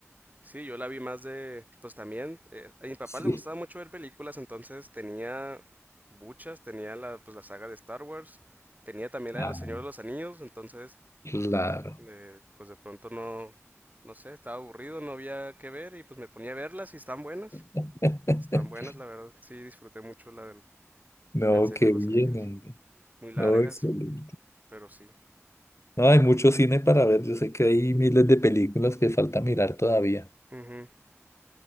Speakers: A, on the right (about 35°); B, on the left (about 65°).
A: Sí, yo la vi más de, pues también, eh, a mi papá
B: Sí.
A: le gustaba mucho ver películas, entonces tenía muchas, tenía la, pues la saga de Star Wars, tenía también la
B: Ah,
A: de Los Señores de los Anillos, entonces,
B: claro.
A: eh, pues de pronto no, no sé, estaba aburrido, no había que ver y pues me ponía a verlas y están buenas,
B: <laughs>
A: están buenas, la verdad, sí, disfruté mucho la del,
B: No,
A: la del Señor
B: qué
A: de los
B: bien,
A: Anillos,
B: hombre.
A: muy largas,
B: No, excelente.
A: pero sí.
B: No, hay mucho cine para ver. Yo sé que hay miles de películas que falta mirar todavía.
A: Ujú.